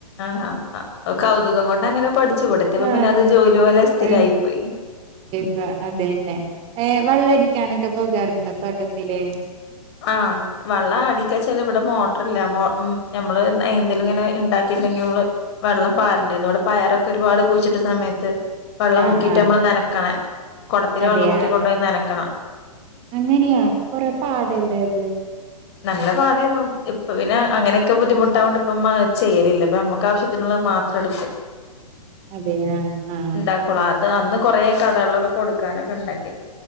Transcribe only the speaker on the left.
ആഹ് ആഹ് കൗതുകം കൊണ്ട് അങ്ങനെ പഠിച്ചു. ഇവിടെ എത്തിയപ്പോ
പിന്നെ അത് ജോലി പോലെ സ്ഥിരായി
പോയി
ആഹ് വെള്ളം അടിക്കാച്ചാല് ഇവിടെ മോട്ടർ ഇല്ല മോ മ് ഞമ്മള് എന്തേലും ഇങ്ങനെ ഇണ്ടാക്കി <unintelligible> വെള്ളം പാറേണ്ടിയിരുന്നു ഇവിടെ പയറൊക്കെ ഒരുപാട് കുഴിച്ചിട്ട സമയത്ത് വെള്ളം
മുക്കിയിട്ട്
അമ്മള് നനക്കണം. കൊടത്തിലെ
വെള്ളം മുക്കി കൊണ്ട് പോയി നനക്കണം
നല്ല പാടായിരുന്നു. ഇപ്പ പിന്നെ അങ്ങനെയൊക്കെ ബുദ്ധിമുട്ടായൊണ്ട് ഇപ്പ <unintelligible> ചെയ്യലില്ലപ്പ. ഇപ്പ നമ്മക്ക് ആവശ്യത്തിനുള്ള <unintelligible> മാത്രേടുക്കും
ഇണ്ടാക്കുള്ളു അത് അന്ന് കൊറെ. കടകൾ ഒക്കെ കൊടുക്കാൻ ഒക്കെ ഇണ്ടാക്കിന്.